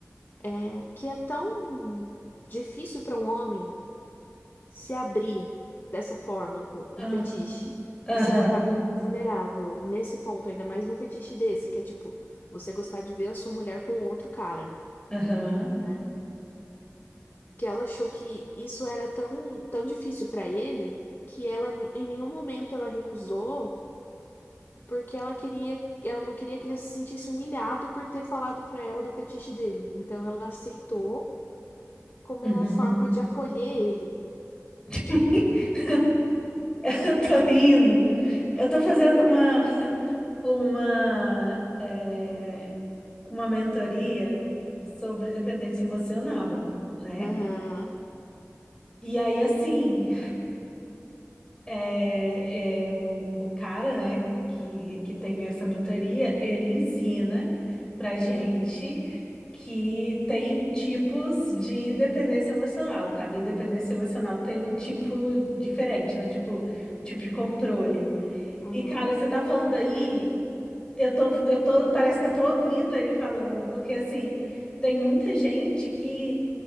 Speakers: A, on the left; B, on the left.
A: é, que é tão difícil para um homem se abrir dessa forma com, com
B: Ah,
A: fetiche
B: Aham.
A: e se botar vin- vulnerável nesse ponto, ainda mais num fetiche desse, que é tipo, você gostar de ver a sua mulher com outro cara,
B: Aham.
A: né? que ela achou que isso era tão, tão difícil pra ele que ela em nenhum momento ela recusou, porque ela queria, ela não queria que ele se sentisse humilhado por ter falado pra ela do fetiche dele. Então ela aceitou como
B: Uhum.
A: uma forma de acolher ele.
B: <laughs> Eu tô rindo. Eu tô fazendo uma, uma, eh, uma mentoria sobre dependência emocional, né?
A: Aham.
B: E aí, assim, É, é o, o cara, né, que, que tem essa mentoria, ele ensina pra gente que tem tipos de dependência emocional. Cada dependência emocional tem um tipo diferente, né? Tipo, um tipo de controle.
A: Uhum.
B: E, cara, você tá falando aí, eu tô, eu tô, parece que eu tô ouvindo ele falando, porque assim, tem muita gente que